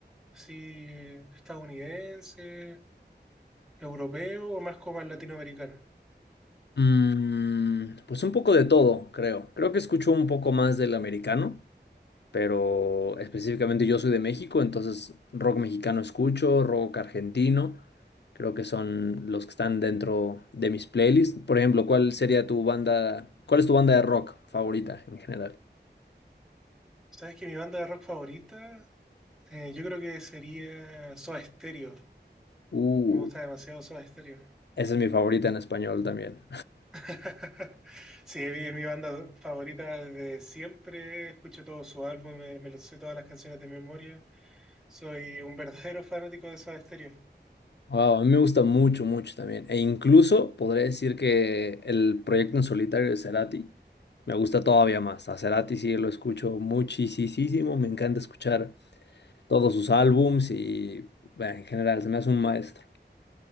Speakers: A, in the centre; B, on the left.
A: así estadounidense, europeo o más como al latinoamericano.
B: Mm, pues un poco de todo, creo. Creo que escucho un poco más del americano, pero específicamente yo soy de México, entonces rock mexicano escucho, rock argentino, creo que son los que están dentro de mis playlists. Por ejemplo, ¿cuál sería tu banda, cuál es tu banda de rock favorita en general?
A: Sabes que mi banda de rock favorita, eh, yo creo que sería Soda Stereo.
B: Uh,
A: Me gusta demasiado Soda Stereo.
B: Esa es mi favorita en español también.
A: <laughs> Sí, es mi, es mi banda favorita desde siempre. Escucho todo su álbum, me, me lo sé todas las canciones de memoria. Soy un verdadero fanático de Soda Stereo.
B: Wow, a mí me gusta mucho, mucho también. E incluso podría decir que el proyecto en solitario de Cerati me gusta todavía más. A Cerati sí lo escucho muchísimo. Me encanta escuchar todos sus álbums y bueno, en general se me hace un maestro.